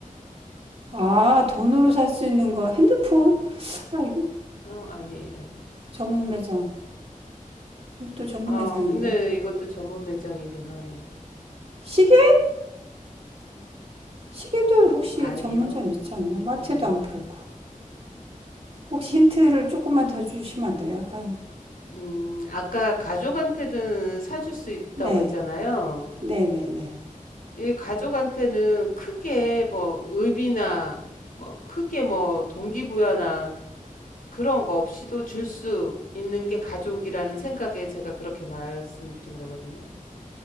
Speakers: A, on the right (about 45°); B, on the left (about 85°).
A: 아, 돈으로 살 수 있는 거. 핸드폰? 아, 이거
B: 어, 아니에요.
A: 전문 매장. 또 전문
B: 아,
A: 매장인데.
B: 근데 이것도 전문 매장이긴 하네요.
A: 시계? 시계도 혹시
B: 아니요.
A: 전문점 있지 않나? 마트도
B: 아니요.
A: 안 팔고. 혹시 힌트를 조금만 더 주시면 안 돼요? 아유,
B: 음, 아까 가족한테는 사줄 수 있다고
A: 네,
B: 했잖아요.
A: 네, 네, 네.
B: 이 가족한테는 크게 뭐 의미나 뭐 크게 뭐 동기부여나 그런 거 없이도 줄 수 있는 게 가족이라는 생각에 제가 그렇게 말씀드린 거거든요.